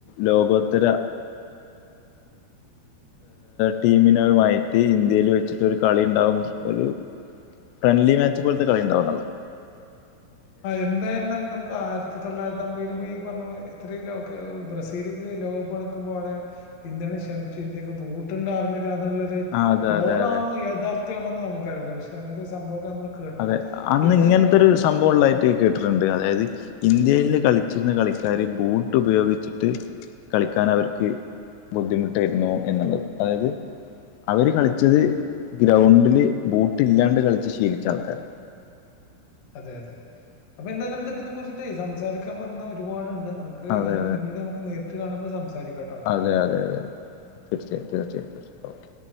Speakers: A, on the left; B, on the left.
A: ലോകോത്തര ടീമിനുമായിട്ട് ഇന്ത്യയിൽ വെച്ചിട്ടൊരു കളി ഉണ്ടാകും ഒരു ഫ്രണ്ട്ലി മാച്ച് പോലത്തെ കളിണ്ടാവുന്നുളള
B: ആഹ എന്തായിരുന്നാലും നമുക്ക് ഇപ്പോൾ ആയിരത്തി തൊള്ളായിരത്തി അമ്പതിൽ ഈ പറഞ്ഞപോലെ എത്രയും ലോക്ക് ബ്രസീലേക്ക് ലോകകപ്പ് നടുക്കുമ്പോൾ അവിടെ ഇന്ത്യനെ ക്ഷണിച്ചു ഇന്ത്യയ്ക്ക് ബൂട്ടണ്ടായിരുന്നില്ല
A: ആ അതെ
B: ട്രോൾളാണോ
A: അതെ അതെ
B: യഥാർത്ഥ്യാണോ നമുക്കറിയില്ല പക്ഷേ അങ്ങനത്തെ സംഭവംമൊക്കെ നമ്മള് കേട്ടു.
A: അതെ അന്ന്
B: എന്തായാലും
A: ഇങ്ങനത്തെ ഒരു സംഭവം ഉള്ളായിട്ട് കേട്ടിട്ടുണ്ട് അതായത് ഇന്ത്യയില് കളിച്ചിരുന്ന കളിക്കാര് ബൂട്ട് ഉപയോഗിച്ചിട്ട് കളിക്കാൻ അവർക്ക് ബുദ്ധിമുട്ടായിരുന്നു എന്നുള്ളത് അതായത് അവര് കളിച്ചത് ഗ്രൗണ്ടില് ബൂട്ടില്ലാണ്ട് കളിച്ച് ശീലിച്ച ആൾക്കാരാ
B: അതെ അതെ അപ്പൊ എന്തായാലും നമുക്ക് ഇതിനെ കുറിച്ചിട്ടേ സംസാരിക്കാൻ പറഞ്ഞ ഒരുപാടുണ്ട് നമുക്ക് നമുക്ക്
A: അതെ
B: ഞാൻ പിന്നീട് നമുക്ക് നേരിട്ട് കാണുമ്പോൾ സംസാരിക്കാം കേട്ടോ
A: അതെ അതെ അതെ അതെ തീർച്ചയും തീർച്ചയും തീർച്ചയും ഓക്കെ